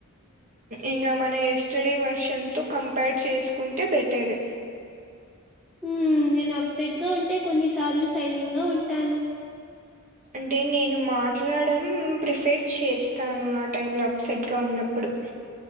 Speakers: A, on the right; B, in the centre.
A: ఇంగా మన ఎస్టడే వర్షన్తో కంపేర్ చేసుకుంటే బెటర్
B: ఉమ్ నేను అప్సెట్ గా ఉంటే కొన్ని సార్లు సైలెంట్ గా ఉంటాను
A: అంటే నేను మాట్లాడం ప్రిపేర్ చేస్తాను ఆ టైంలో అప్సెట్గా ఉన్నప్పుడు